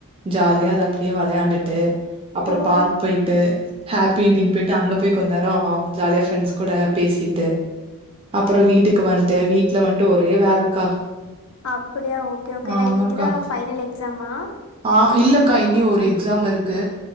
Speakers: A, on the right (about 25°); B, on the left (about 75°).
A: ஜாலியா அத அப்டியே வெளையாண்டுட்டு அப்பறோ
B: ஓ
A: பார்க் போயிட்டு ஹாப்பிண்டிங் போயிட்டு அங்க போய் கொஞ்ச நேரோ ஜாலியா ஃப்ரெண்ட்ஸ் கூட பேசிட்டு அப்பறோ வீட்டுக்கு வந்ட்டு வீட்ல வந்ட்டு ஒரே வேலக்கா
B: அப்படியா ஓகே ஓகேடா
A: ஆமாக்கா
B: இன்னிக்குதா ஃபைனல் எக்ஸாமா
A: ஆ இல்லக்கா இன்னியு ஒரு எக்ஸாம் இருக்கு